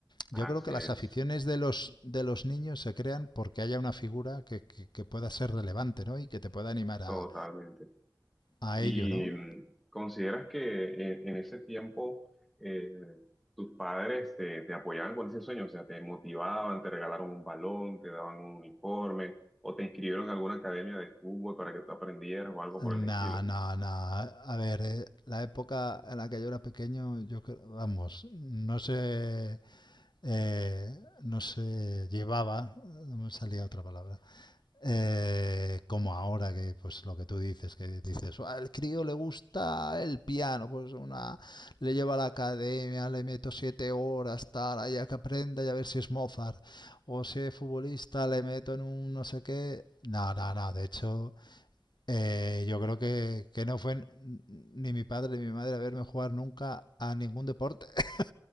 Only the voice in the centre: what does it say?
así
es,
totalmente.
¿Y
mm, consideras que en, en ese tiempo eh, tus padres te, te apoyaban con ese sueño? O sea, te motivaban, te regalaron un balón, te daban un uniforme o te inscribieron en alguna academia de fútbol para que tú aprendieras o algo
por el estilo.